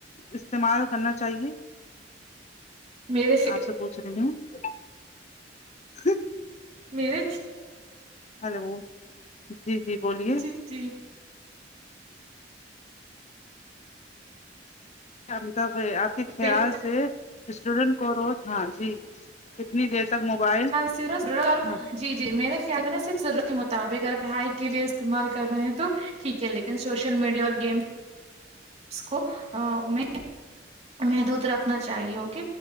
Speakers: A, on the left; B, on the right.
A: استعمال کرنا چاہیے
B: میرے
A: آپ سے پوچھ رہی ہیں ہ <unintelligible> <inaudible>
B: میرے
A: ہیلو جی جی بولیے
B: جی جی
A: امتابھ آپ کے خیال
B: میرے
A: سے اسٹوڈینٹ کو رو تھا جی کتنی دیر تک موبائل
B: س
A: ہاں
B: جی جی میرے خیال میں نا صرف ضرورت کے مطابق اگر پڑ ہائی کے لیے استعمال کر رہے ہیں تو ٹھیک ہے لیکن سوشل میڈیا اور گیمس کو میں محدود رکھنا چاہیے اک